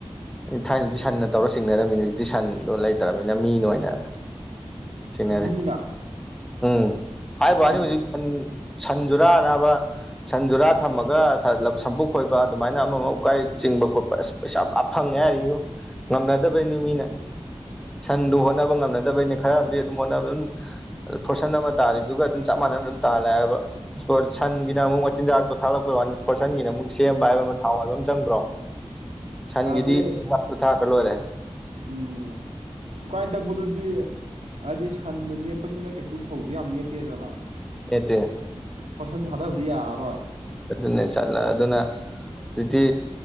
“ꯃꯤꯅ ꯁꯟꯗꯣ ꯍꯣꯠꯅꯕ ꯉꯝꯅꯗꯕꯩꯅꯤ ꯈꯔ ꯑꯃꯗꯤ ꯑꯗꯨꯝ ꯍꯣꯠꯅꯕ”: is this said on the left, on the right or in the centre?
Centre